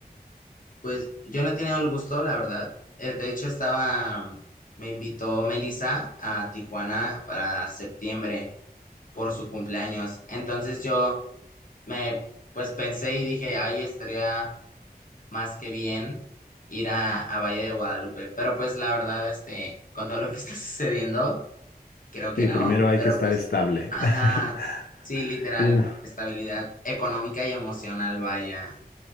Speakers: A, on the left (about 55°); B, on the left (about 70°).
A: Pues yo no he tenido el gusto, la verdad. Eh, de hecho, estaba, mm, me invitó Melissa a Tijuana para septiembre por su cumpleaños. Entonces yo me, pues pensé y dije, ay, estaría más que bien ir a, a Valle de Guadalupe. Pero pues la verdad, este, con todo lo que <laughs> está sucediendo, Creo que
B: Sí,
A: no,
B: primero hay
A: pero
B: que estar
A: pues,
B: estable.
A: ajá,
B: <laughs>
A: sí, literal,
B: Prim-
A: estabilidad económica y emocional, vaya.